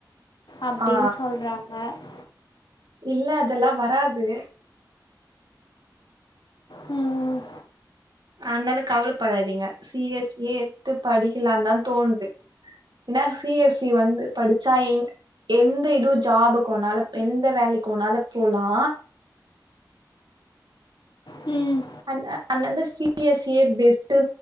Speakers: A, on the left; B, on the right.
A: அப்டின்
B: ஆ
A: சொல்றாங்க அ
B: இல்ல அதெல்லா வராது
A: ம்
B: அனால கவலப்படாதீங்க சி எஸ் ஏ எத்து படிக்கலா தா தோணுது இன்னா சி எஸ் சி வந்து படிச்சா ஏங் எந்த இதுவும் ஜாபுக்குனால எந்த வேலைக்குனாலும் போலா
A: ம்
B: அன் அ அல்லந்து சி பி எஸ் இயே பெஸ்டு